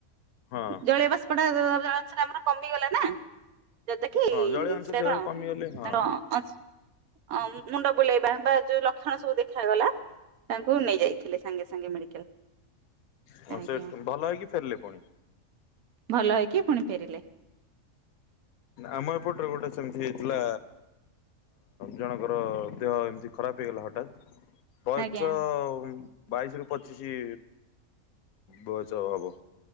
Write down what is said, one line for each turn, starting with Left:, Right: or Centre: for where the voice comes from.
Left: ହଁ।
Right: ଜଳେଇବା। ଜଳ ଅଂଶ ଟା ଆମର କମି ଗଲା ନା। ଯଦ କି
Left: ହଁ ଜଳୀୟ ଅଂଶ
Right: ସେଟା
Left: ଦେହରୁ କମିଗଲେ ହଁ
Right: କଣ ତ। ଅ ମୁଣ୍ଡ ବୁଲେଇବା ବା ଯୋଉ ଲକ୍ଷଣ ସବୁ ଦେଖାଗଲା ତାଙ୍କୁ ନେଇ ଯାଇଥିଲେ ସାଙ୍ଗେ ସାଙ୍ଗେ ମେଡିକାଲ।
Left: ହଁ
Right: ଆଜ୍ଞା
Left: ସେ ଭଲ ହେଇକି ଫେରିଲେ ପୁଣି।
Right: ଭଲ ହେଇକି ପୁଣି ଫେରିଲେ।
Left: ଆମ ଅପଟର ଗୋଟେ ସେମତି ହେଇଥିଲା। ଜଣଙ୍କର ଦେହ ଏମିତି ଖରାପ ହେଇଗଲା ହଠାତ୍ ବୟସ।
Right: ଆଜ୍ଞା
Left: ବାଇଶ ରୁ ପଚିଶି ବୟସ ହବ।